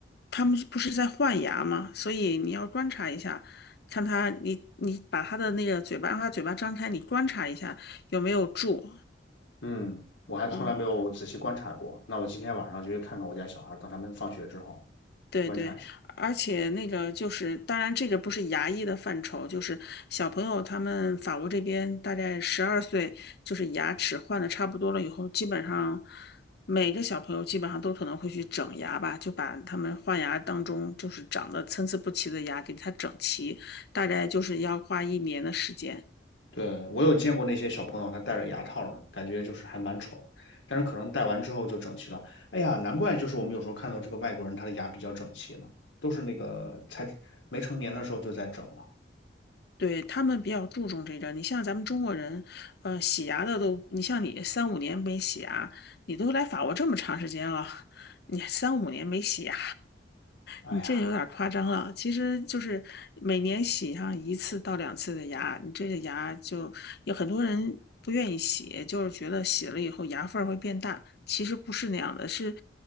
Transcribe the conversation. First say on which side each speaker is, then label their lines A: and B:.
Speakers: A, on the left (about 60°); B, on the left (about 90°).
A: 他们不是在换牙吗？所以你要观察一下，看他，你你把他的那个嘴巴，让他嘴巴张开，你观察一下有没有蛀，
B: 嗯，我还从来没有仔细观察过。
A: 嗯。
B: 那我今天晚上就去看看我家小孩等他们放学之后
A: 对对，
B: 观察一下。
A: 而且那个就是，当然这个不是牙医的范畴，就是小朋友他们法国这边大概十二岁，就是牙齿换的差不多了以后，基本上每个小朋友基本上都可能会去整牙吧，就把他们换牙当中就是长得参差不齐的牙给它整齐，大概就是要花一年的时间。
B: 对，我有见过那些小朋友，他戴着牙套的，感觉就是还蛮丑，但是可能戴完之后就整齐了。哎呀，难怪就是我们有时候看到这个外国人他的牙比较整齐呢，都是那个才没成年的时候就在整了。
A: 对，他们比较注重这个。你像咱们中国人，呃，洗牙的都，你像你三五年没洗牙，你都来法国这么长时间了，你三五年没洗牙，
B: 哎呀，
A: 你这有点儿夸张了。其实就是每年洗上一次到两次的牙，你这个牙就有很多人不愿意洗，就是觉得洗了以后牙缝儿会变大。其实不是那样的，是